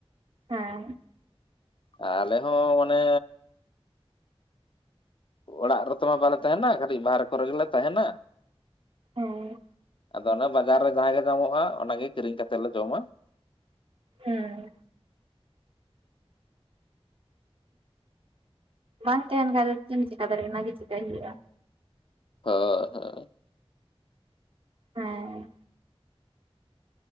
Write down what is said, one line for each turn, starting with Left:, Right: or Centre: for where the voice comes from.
Right: ᱦᱮᱸ
Left: ᱟᱞᱮ ᱦᱚᱸ ᱢᱟᱱᱮ ᱚᱲᱟᱜ ᱨᱮᱛᱚᱢᱟ ᱵᱟᱞᱮ ᱛᱟᱦᱮᱱᱟ ᱠᱟᱹᱴᱤᱡ ᱵᱟᱦᱨᱮ ᱠᱚᱨᱮ ᱜᱮᱞᱮ ᱛᱟᱦᱮᱱᱟ᱾
Right: ᱦᱮᱸ
Left: ᱟᱫᱚ ᱚᱱᱟ ᱵᱟᱡᱟᱨ ᱨᱮ ᱡᱟᱦᱟᱸ ᱜᱮ ᱧᱟᱢᱚᱜ-ᱟ ᱚᱱᱟᱜ ᱜᱮ ᱠᱤᱨᱤᱧ ᱠᱟᱛᱮ ᱞᱮ ᱡᱚᱢᱟ
Right: ᱦᱮᱸ ᱵᱟᱝ ᱛᱟᱦᱮᱱ ᱠᱷᱟᱡ ᱫᱚ ᱪᱮᱫ ᱮᱢ ᱪᱮᱠᱟ ᱫᱟᱲᱮᱭᱟᱜ-ᱟ ᱚᱱᱟᱜᱮ ᱪᱮᱠᱟᱹᱭ ᱦᱩᱭᱩᱜ-ᱟ᱾
Left: ᱦᱳ ᱦᱮᱸ
Right: ᱦᱮᱸ